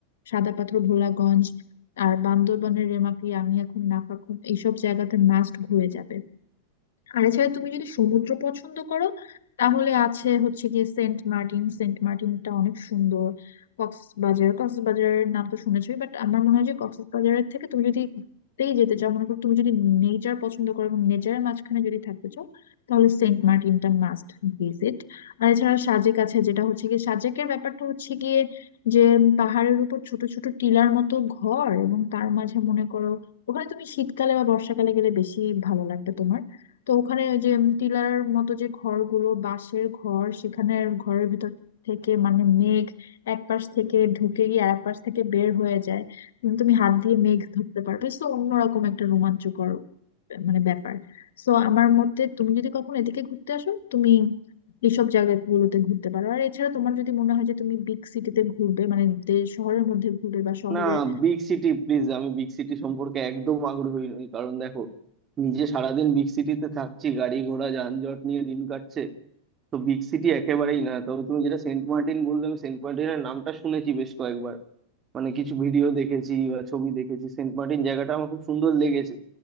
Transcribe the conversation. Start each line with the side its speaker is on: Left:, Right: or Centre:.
Left: সাদা পাথর ভোলাগঞ্জ আর বান্দরবানের রেমাকি আমি এখন নাফাখুম এইসব জায়গাতে মাস্ট ঘুরে যাবে আর এছাড়া তুমি যদি সমুদ্র পছন্দ করো তাহলে আছে হচ্ছে গিয়ে সেন্ট মার্টিন সেন্ট মার্টিনটা অনেক সুন্দর কক্সবাজার কক্সবাজারের নাম তো শুনেছোই বাট আমার মনে হয় যে কক্সবাজারের থেকে তুমি যদি ঘুরতেই যেতে চাও মনে করো তুমি যদি নেচার পছন্দ করো এবং নেচারের মাঝখানে যদি থাকতে চাও তাহলে সেন্ট মার্টিনটা মাস্ট ভিজিট আর এছাড়া সাজেক আছে যেটা হচ্ছে গিয়ে সাজেকের ব্যাপারটা হচ্ছে গিয়ে যে পাহাড়ের উপর ছোট ছোট টিলার মতো ঘর এবং তার মাঝে মনে করো ওখানে তুমি শীতকালে বা বর্ষাকালে গেলে বেশি ভালো লাগবে তোমার তো ওখানে ওই যে উম টিলার মতো যে ঘরগুলো বাঁশের ঘর সেখানে ঘরের ভিতর থেকে মানে মেঘ এক পাশ থেকে ঢুকে গিয়ে আরেক পাশ থেকে বের হয়ে যায় উম তুমি হাত দিয়ে মেঘ ধরতে পারবে তো অন্যরকম একটা রোমাঞ্চকর মানে ব্যাপার তো আমার মতে তুমি যদি কখনো এদিকে ঘুরতে আসো তুমি এইসব জায়গাগুলোতে ঘুরতে পারো আর এছাড়া তোমার যদি মনে হয় যে তুমি বিগ সিটিতে ঘুরবে মানে দে- শহরের মধ্যে ঘুরবে বা শহরের
Right: না বিগ সিটি প্লিজ আমি বিগ সিটি সম্পর্কে একদম আগ্রহী নই কারণ দেখো নিজে সারাদিন বিগ সিটিতে থাকছি গাড়ি ঘোড়া যানজট নিয়ে দিন কাটছে তো বিগ সিটি একেবারেই না তবে তুমি যেটা সেন্ট মার্টিন বললে আমি সেন্ট মার্টিনের নামটা শুনেছি বেশ কয়েকবার মানে কিছু ভিডিও দেখেছি বা ছবি দেখেছি সেন্ট মার্টিন জায়গাটা আমার খুব সুন্দর লেগেছে